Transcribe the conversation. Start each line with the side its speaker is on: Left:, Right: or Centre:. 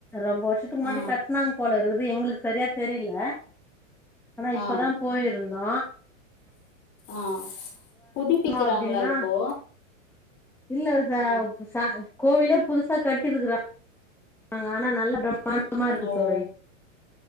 Centre: ரொம்ப வருஷத்துக்கு முன்னாடி
Left: ஆ
Centre: கட்னாங் போலிருக்குது எங்களுக்கு சரியா தெரில ஆனா இப்பதா
Left: ஆ
Centre: போயிருந்தோ
Left: ஆ புதுப்பிக்கிறாங்களா
Centre: அப்டின்னா
Left: இப்போ
Centre: இல்ல ச
Left: ஆ
Centre: ச கோவிலே புதுசா கட்டிருக்குறாங்க ஆனா நல்ல பிரம்மாண்டமா இருக்கு
Left: ஓ
Centre: தோழி